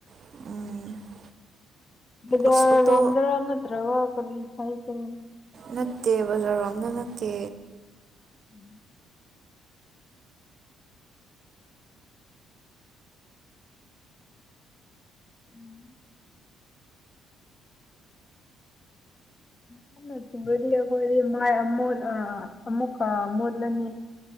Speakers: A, on the right; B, on the left.
A: <unintelligible>
B: ꯕꯖꯥꯔ
A: ꯑꯁ ꯑꯣꯇꯣ
B: ꯔꯣꯝꯗ꯭ꯔ ꯅꯠꯇ꯭ꯔꯒ ꯀꯔꯤ ꯁꯥꯏꯠꯇꯔ
A: ꯅꯠꯇꯦ ꯕꯖꯥꯔꯔꫭꯝꯗ ꯅꯠꯇꯦ꯫
B: <inaudible> <inaudible> ꯀꯟꯅ ꯆꯨꯔꯗꯤ ꯑꯩꯈꯣꯏꯗꯤ ꯃꯥꯏ ꯑꯃꯣꯠ ꯑ ꯑꯃꯃꯨꯀꯥ ꯃꫭꯠꯂꯅꯤ